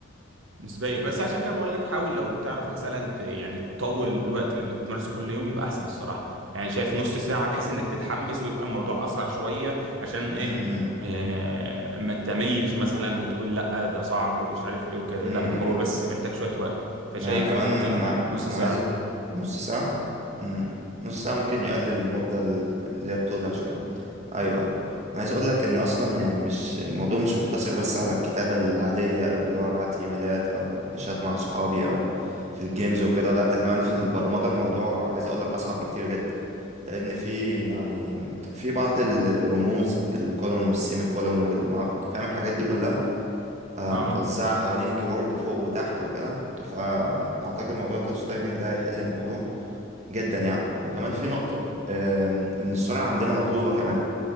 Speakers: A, on the right (about 70°); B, on the right (about 35°).
A: نسبيا بس عشان كده بقول لك حاول لو تعرف مثلا ت- يعني تطول الوقت اللي بتمارسه كل يوم يبقى احسن الصراحه يعني شايف نص ساعه بحيث انك تتحمس ويبقى الموضوع اسرع شويه عشان ايه
B: امم
A: آه ما تملش مثلا وتقول لا ده صعب ومش عارف ايه وكده
B: امم
A: لا هو بس محتاج شويه وقت فشايف
B: انا كمان
A: ممكن
B: انا
A: نص
B: انا
A: ساعه
B: عايز نص ساعة مم. نص ساعة ممكن يقلل المدة ال- اللي هي التوتال شوية ايوه ايوه انا عايز اقول لك ان اصلا يعني مش الموضوع مش مقتصر بس على الكتابة العادية او اللي هو ابعت ايميلات او اشات مع صحابي او في الجيمز وكده لا ده كمان في البرمجة الموضوع عايز اقول لك اصعب بكتير جدا لان في يعني في بعض الرموز الكولون والسيمي كولون والمعرفة فاهم الحاجات دي كلها آه،
A: اه
B: متوزعة حوالين الكيبورد فوق وتحت وكده فأعتقد موضوع التاتش تايبنج ده هيحل الموضوع جدا يعني وكمان في نقطة آم، إن السرعة عندنا مطلوبة كمان